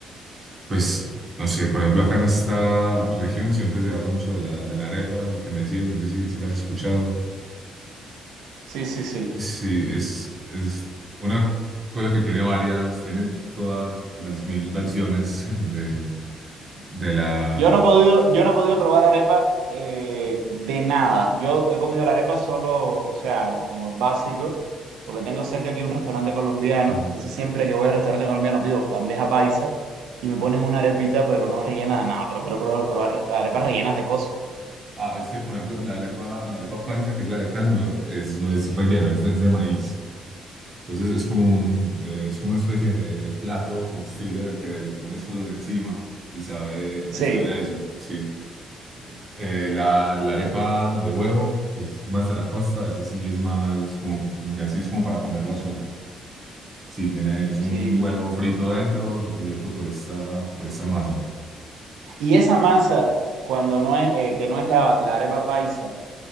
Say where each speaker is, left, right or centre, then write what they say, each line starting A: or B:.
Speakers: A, on the right (about 30°); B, on the right (about 85°).
A: pues, no sé, por ejemplo, acá en esta región siempre se habla mucho de la, de la arepa, lo que me decías, no sé si, si la has escuchado.
B: Sí, sí, sí.
A: Sí, es, es una cosa que tiene varias, tiene todas las mil versiones de, de la...
B: Yo no he podido, yo no he podido probar arepa eh, de nada. Yo he comido la arepa solo, o sea, como básico, porque tengo cerca aquí un restaurante colombiano.
A: Ujú.
B: Entonces siempre que voy al restaurante colombiano pido bandeja paisa y me
A: Sí,
B: ponen una arepita, pero no rellena de nada. Pero quiero probar, probar arepas
A: Ah,
B: rellenas de cosas.
A: Ah, es que, por ejemplo, la arepa, la arepa paisa, que es la de acá, no es, no es rellena, es de, es de maíz. Entonces es como un,
B: Mm.
A: eh, es como una especie de, de plato comestible en el que le pones cosas encima y sabe,
B: Sí,
A: y sabe a eso, sí. Eh, la, la arepa de huevo, que es más de la costa, ese sí es más como, como ya sí es como para comerla sola. Sí, tiene, es un
B: sí.
A: huevo frito dentro, recubierto por esta, por esta masa.
B: Y esa masa, cuando no es, eh, que no es la, la arepa paisa,